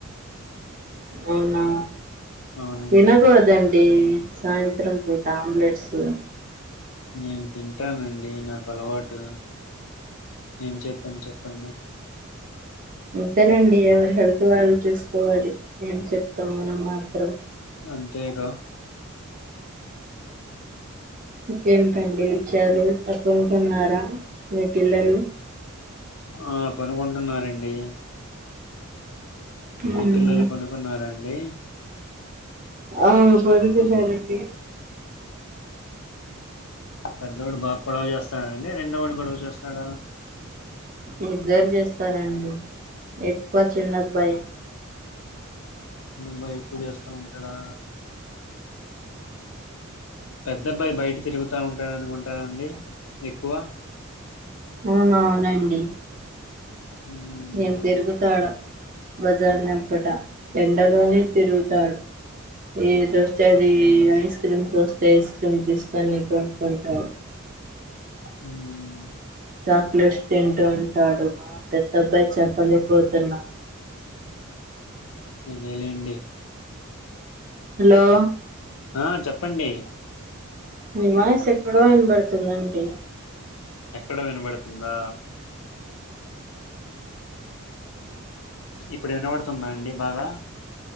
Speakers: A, on the right (about 40°); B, on the left (about 65°).
A: అవునా
B: అవునండి
A: తినకూడదండి సాయంత్రం పూట ఆమ్లెట్స్
B: నేను తింటానండి నాకు అలవాటు ఏం చేద్దాం చెప్పండి
A: అంతేలేండి ఎవరి హెల్త్ వాళ్ళు చూసుకోవాలి ఏం చెప్తాం మనం మాత్రం
B: అంతేగ
A: ఇంకేంటి అండి విషయాలు <unintelligible> టున్నారా మీ పిల్లలు
B: ఆ పనుకుంటున్నారండి మీ
A: ఉమ్
B: పిల్లలు పనుకున్నారాండి
A: ఆ పనుకున్నారండి
B: పెద్దోడు బాగ గొడవ చేస్తాడుండి రెండో వాడు గొడవ చేస్తాడ
A: ఇద్దరు చేస్తారండి ఎక్కువ చిన్నఅబ్బాయ్
B: చిన్న <unintelligible> ఎక్కువ చేస్తా ఉంటాడా పెద్దఅబ్బాయి బయట తిరుగుతా ఉంటాడు అనుకుంటానండి ఎక్కువ
A: ఆ అవునండి
B: హు
A: నేం తిరుగుతాడు బజార్నెంపట ఎండలోనే తిరుగుతాడు ఏది వేస్తే అది ఐస్ క్రీమ్ చూస్తే ఐస్ క్రీమ్ తీసుకొని <unintelligible>
B: హు
A: చాక్లెట్స్ తింటు ఉంటాడు మా పెద్ద అబ్బాయి చెప్పలేపోతున్న
B: అదేలేండి
A: హలో
B: ఆ చెప్పండి
A: ని వాయిస్ ఎక్కడో ఇనబడుతుందండి
B: ఎక్కడో వినబడుతుందా ఇప్పుడు వినపడుతుందా అండి బాగా